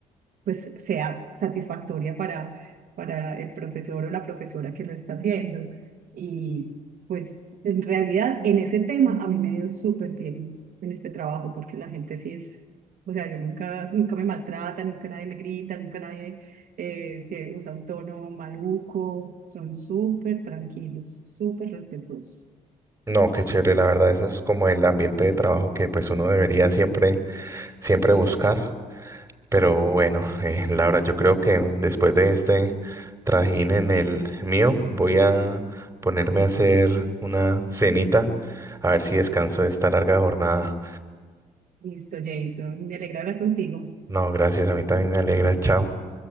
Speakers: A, on the right (about 60°); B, on the right (about 15°).
A: pues sea satisfactoria para, para el profesor o la profesora que lo está haciendo. Y pues en realidad en ese tema a mí me ha ido súper bien en este trabajo porque la gente sí es, o sea, yo nunca, nunca me maltrata, nunca nadie me grita, nunca nadie eh, te- usa un tono maluco, son súper tranquilos, súper respetuosos.
B: No, qué chévere, la verdad, eso es como el ambiente de trabajo que pues uno debería siempre, siempre buscar. Pero bueno, eh, Laura, yo creo que después de este trajín en el mío, voy a ponerme a hacer una cenita, a ver si descanso de esta larga jornada.
A: Listo, Jason, me alegra hablar contigo.
B: No, gracias, a mí también me alegra, chao.